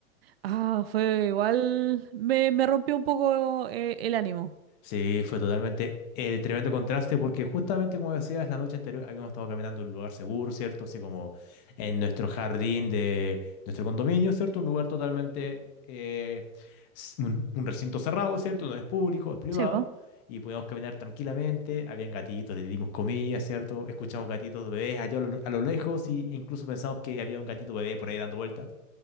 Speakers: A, on the right (about 45°); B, on the left (about 30°).
A: Ah, fue igual, me, me rompió un poco eh, el ánimo.
B: Sí, fue totalmente el tremendo contraste porque justamente como decías, la noche anterior habíamos estado caminando en un lugar seguro, ¿cierto? Así como en nuestro jardín de nuestro condominio, ¿cierto? Un lugar totalmente, eh, s- un, un recinto cerrado, ¿cierto? No es público, es privado.
A: Sí, ¿vo?
B: Y podíamos caminar tranquilamente, habían gatitos, les dimos comida, ¿cierto? Escuchamos gatitos bebés allá a lo, a lo lejos y- e incluso pensamos que había un gatito bebé por ahí dando vueltas.